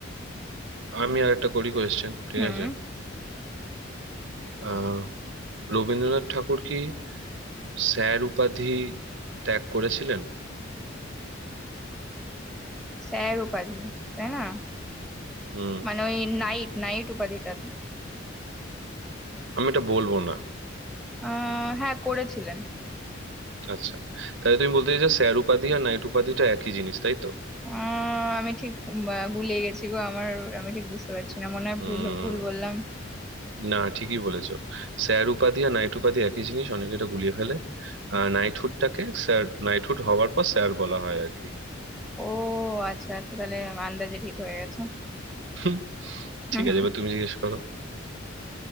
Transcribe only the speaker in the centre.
হুম
স্যার উপাধি তাই না
মানে ওই নাইট নাইট উপাধিটা
আহ হ্যাঁ করেছিলেন
আহ আমি ঠিক উম, আহ, গুলিয়ে গেছি গো আমার আমি ঠিক বুঝতে পারছি না মনে হয়
ভুল ভুল বললাম
ও আচ্ছা আচ্ছা তাহলে আন্দাজে ঠিক হয়ে গেছে
হুম
হুম